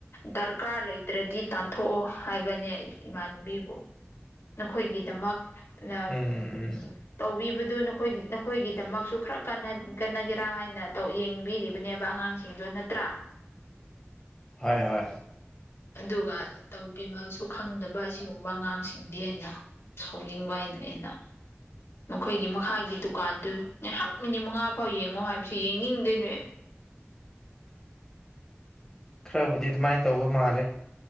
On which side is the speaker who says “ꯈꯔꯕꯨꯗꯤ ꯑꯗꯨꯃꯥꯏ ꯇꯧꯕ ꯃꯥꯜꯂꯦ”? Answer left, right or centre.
Left